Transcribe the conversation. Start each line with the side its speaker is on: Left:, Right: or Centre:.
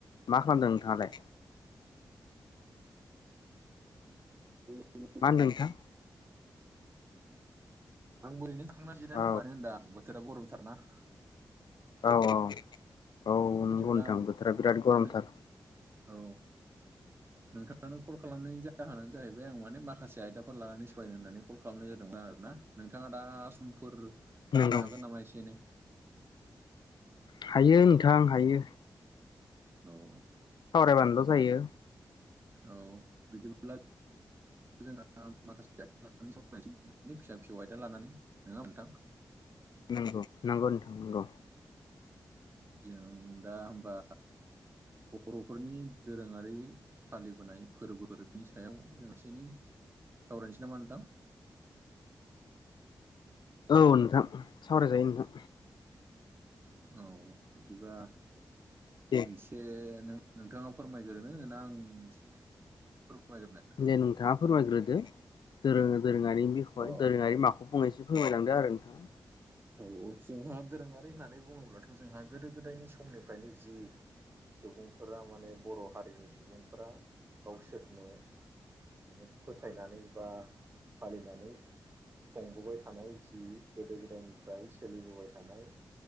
Left: मा खालामदों नोंथाङालाय
Right: <unintelligible> आं
Left: मा होनदों नोंथां
Right: ओरैनो थांना जिरायनाय
Left: औ
Right: दं होनदां बोथोरा गरमथारना <unintelligible>
Left: औ औ औ
Right: बिदिब्ला
Left: नंगौ नोंथां
Right: आं
Left: बोथोरा बिराद गरमथार
Right: नों औ नोंथांनानो कल खालामनायनि जाहोनानो जाहैबाय आं माने माखासे से आयदाफोर लानानै सिहायनो होननानै कल खालामनाय जादोंमोन आरोना नोंथाङा दा समफोर
Left: नंगौ
Right: होनो हागोन नामा एसे एनै
Left: हायो नोंथां हायो
Right: औ
Left: सावरायबानोथ जायो
Right: औ बिदिब्ला जोंहा माखासे <unintelligible> लानानै सावनाय फिसा फिसौ आयदा लानानै नोङा नोंथां
Left: नोंगौ नंगौ नोंथां नंगौ
Right: जों दा होमबा बरफोरनि दोरोङारि फालिबोनाय फोरबोनि सायाव जों एसे एनै सावरायनोसै नामा नोंथां
Left: औ नोंथां सावरायजायो नोंथां
Right: औ बिदिबा
Left: दे
Right: मोनसे नों नोंथाङा फोरमायग्रोनो ना आं एसे फोरमायग्रोनो
Left: दे नोंथाङा फोरमायग्रोदो दोरो दोरोङारि बिसय
Right: अ
Left: दोरोङारि माख फंनैसो फोरमायलांदो आरो नोंथाङा
Right: औ जोंहा दोरोङारि होननानै बुङोब्लाथ' जोंहा गोदो गोदायनि समनिफ्रायनो जि सुबुंफोरा माने बर' हारिनि सुबुंफोरा गावसोरनो माने फोथायनानै बा फालिनानै खुंबोबाय थानाय जि गोदो गोदायनिफ्राय सोलिबोबाय थानाय